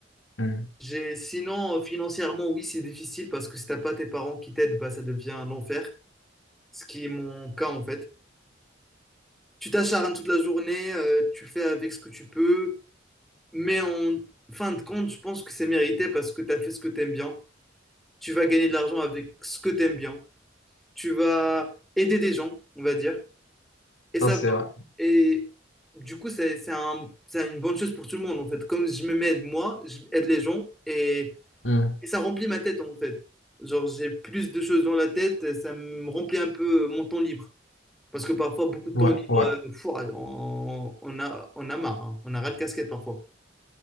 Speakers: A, on the left (about 70°); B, in the centre.
A: Mm.
B: J'ai, sinon, euh, financièrement, oui, c'est difficile parce que si t'as pas tes parents qui t'aident, bah, ça devient un enfer, ce qui est mon cas en fait. Tu t'acharnes toute la journée, euh, tu fais avec ce que tu peux, mais en fin de compte, je pense que c'est mérité parce que t'as fait ce que t'aimes bien. Tu vas gagner de l'argent avec ce que t'aimes bien. Tu vas aider des gens, on va dire. Et ça,
A: Ça c'est ouais.
B: et du coup, c'est c'est un- c'est une bonne chose pour tout le monde, en fait. Comme je me m'aide moi, je aide les gens et,
A: Mm.
B: et ça remplit ma tête, en fait. Genre, j'ai plus de choses dans la tête, ça me remplit un peu mon temps libre. Parce que parfois, beaucoup de
A: Ouais,
B: temps libre,
A: ouais.
B: euh, fou, on, on a, on a marre, hein. On a ras le casquette parfois.